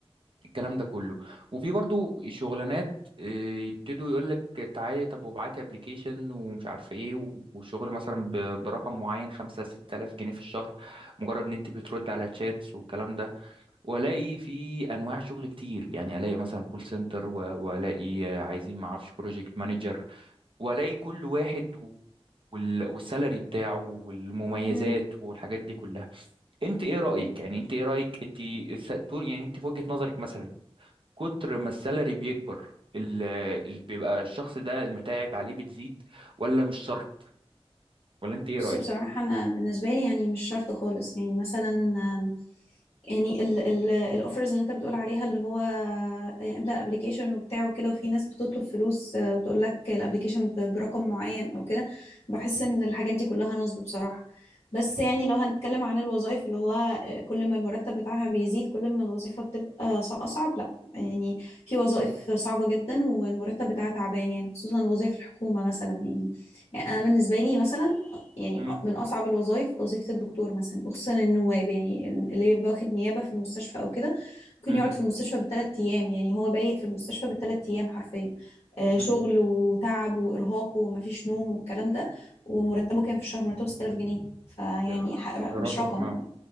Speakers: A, on the right; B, on the left.
A: الكلام ده كله وفي برضو شغلانات آه، يبتدوا يقولك تعالي طب وابعتي ابلكيشن ومش عارف ايه وشغل مثلا ب- برقم معين خمسة ستة آلاف جنيه في الشهر مجرد ان انت بترد على تشاتس والكلام ده والاقي في انواع شغل كتير يعني الاقي مثلا كول سنتر والاقي عايزين ما اعرفش بروجكت مانجر والاقي كل واحد وال- والسالري بتاعه والمميزات
B: مم.
A: والحاجات دي كلها انت ايه رايك يعني انت ايه رايك انت الس- طول- يعني انت في وجهه نظرك مثلا كتر ما السالري بيكبر اللي بيبقى الشخص ده المتاعب عليه بتزيد ولا مش شرط ولا انت ايه
B: بص
A: رايك
B: بصراحة أنا بالنسبة لي يعني مش شرط خالص يعني مثلا آم، يعني الأوفرز اللي أنت بتقول عليها اللي هو آه، املأ أبليكيشن وبتاع وكده وفي ناس بتطلب فلوس آه، وتقول لك الأبليكيشن برقم معين أو كده بحس إن الحاجات دي كلها نصب بصراحة بس يعني لو هنتكلم عن الوظائف اللي هو آه، كل ما المرتب بتاعها بيزيد كل ما الوظيفة بتبقى ص- أصعب لا يعني في وظائف صعبة جدا والمرتب بتاعها تعبان يعني خصوصا وظائف الحكومة مثلا يعني يعني انا بالنسبه لي مثلا يعني
A: امم
B: من أصعب الوظائف وظيفة الدكتور مثلا وخصوصا النواب يعني اللي بيبقى واخد نيابة في المستشفى أو كده ممكن
A: امم
B: يقعد في المستشفى بالثلاث أيام يعني هو بايت في المستشفى بالثلاث أيام حرفيا آه،
A: امم
B: شغل وتعب وإرهاق ومفيش نوم والكلام ده ومرتبه كان في الشهر مرتبه 6000 جنيه فيعني
A: ده
B: ح-
A: ده
B: مش
A: رقم
B: رقم
A: اه